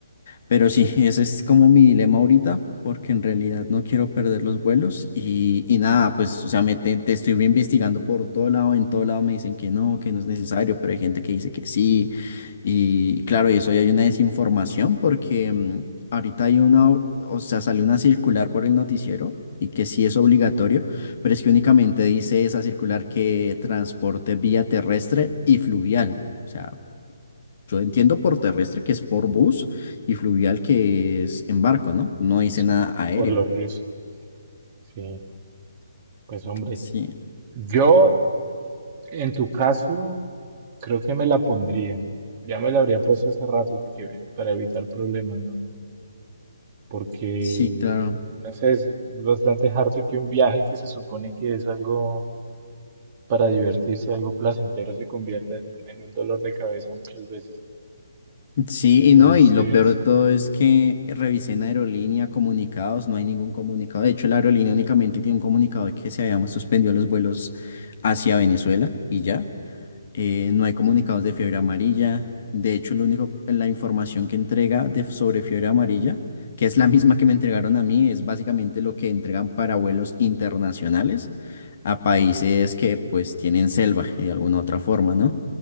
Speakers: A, on the left (about 45°); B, on the right (about 30°).
A: Pero sí, ese es como mi dilema ahorita, porque en realidad no quiero perder los vuelos y, y nada, pues, o sea, me te, te estoy investigando por todo lado, en todo lado me dicen que no, que no es necesario, pero hay gente que dice que sí. Y claro, y eso ya hay una desinformación porque mm, ahorita hay una, o o sea, salió una circular por el noticiero y que sí es obligatorio, pero es que únicamente dice esa circular que transporte vía terrestre y fluvial. O sea, yo entiendo por terrestre que es por bus y fluvial que es en barco, ¿no? No dice
B: sí,
A: nada aéreo.
B: por los riesgos. Sí, pues hombre,
A: Sí,
B: yo en tu caso creo que me la pondría. Ya me la habría puesto hace rato porque para evitar problemas, ¿no? Porque,
A: sí, claro.
B: no sé, es, es bastante harto que un viaje que se supone que es algo para divertirse, algo placentero, se convierta en en un dolor de cabeza muchas veces.
A: Sí,
B: Entonces,
A: y no, y lo peor de todo es que revisé en aerolínea comunicados, no hay ningún comunicado. De hecho, la aerolínea únicamente tiene un comunicado de que se habían suspendido los vuelos hacia Venezuela y ya. eh, no hay comunicados de fiebre amarilla. De hecho, lo único, la información que entrega de, sobre fiebre amarilla, que es la misma que me entregaron a mí, es básicamente lo que entregan para vuelos internacionales a países que pues tienen selva y de alguna otra forma, ¿no?